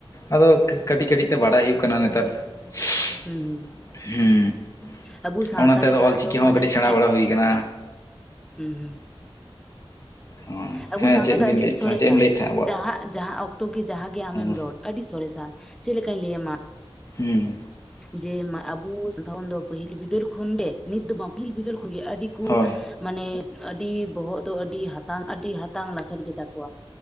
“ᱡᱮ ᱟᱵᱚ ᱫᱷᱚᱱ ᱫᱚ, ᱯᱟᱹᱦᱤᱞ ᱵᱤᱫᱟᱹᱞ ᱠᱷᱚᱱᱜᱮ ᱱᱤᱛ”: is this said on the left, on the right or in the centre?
Centre